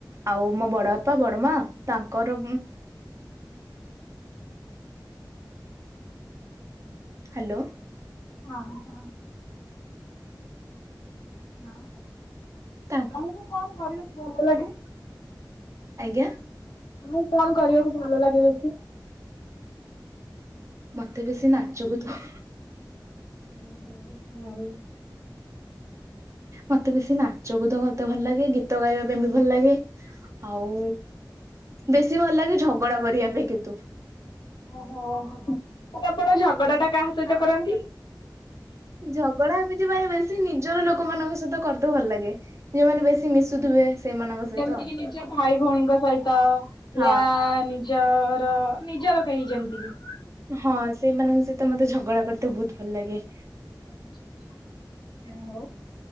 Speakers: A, on the right; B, on the left.
A: ଆଉ ମୋ ବଡ ବାପା ବଡମା ତାଙ୍କର ହ୍ୟାଲୋ?
B: ହଁ ହ। ହଁ।
A: ତା
B: ତମକୁ କଣ କରିଲୁ ଭଲ ଲାଗେ?
A: ଆଜ୍ଞା।
B: ଆଁ କଣ କରିବାକୁ ଭଲ ଲାଗେ ବେଶୀ।
A: ମତେ ବେଶୀ ନାଚକୁ ତ
B: ଓ ହୋ ହ।
A: ମତେ ବେଶୀ ନାଚକୁ ତ ମତେ ଭଲ ଲାଗେ ଗୀତ ଗାଇବା ପାଇଁ ବି ଭଲ ଲାଗେ। ଆଉ ବେଶୀ ଭଲ ଲାଗେ ଝଗଡା କରିବା ପାଇଁ କିନ୍ତୁ।
B: ଓହୋ ଆପଣ ଝଗଡା ଟା କାହା ସହିତ କରନ୍ତି?
A: ଝଗଡା ଏମିତି ମାନ ବେଶୀ ନିଜର ଲୋକମାନାନଙ୍କ ସହିତ କରିତ ଭଲ ଲାଗେ। ଯୋଉମାନେ ବେଶୀ ମିଶୁଥିବେ। ସେଇମାନଙ୍କ ସହିତ
B: ଯେମିତିକ ନିଜ ଭାଇ ଭଉଣୀଙ୍କ ସହିତ
A: ହଁ
B: ୟା ନିଜ ନିଜର ନିଜର କେହି ଯେମିତି କି
A: ହଁ ସେଇମାନଙ୍କ ସହିତ ମତେ ଝଗଡା କରତେ ବହୁତ ଭଲ ଲାଗେ।
B: ହ ହଉ।